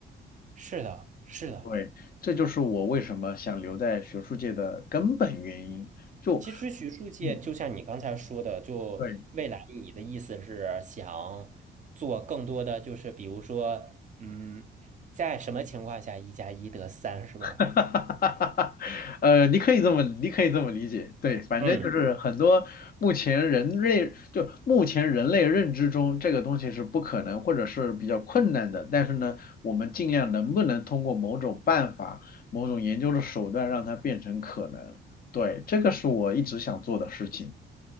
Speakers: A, on the right; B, on the left.
A: 是的，是的。
B: 对，这就是我为什么想留在学术界的根本原因。就，
A: 其实学术界就像你刚才说的，
B: 嗯，
A: 就未来你的意思是想做更多的，
B: 对，
A: 就是比如说，嗯，在什么情况下一加一得三是吧？
B: <laughs> 哈哈哈呃，你可以这么，你可以这么理解。对，反正就是很多目前人类，
A: 嗯
B: 就目前人类认知中，这个东西是不可能或者是比较困难的。但是呢，我们尽量能不能通过某种办法、某种研究的手段，让它变成可能。对，这个是我一直想做的事情。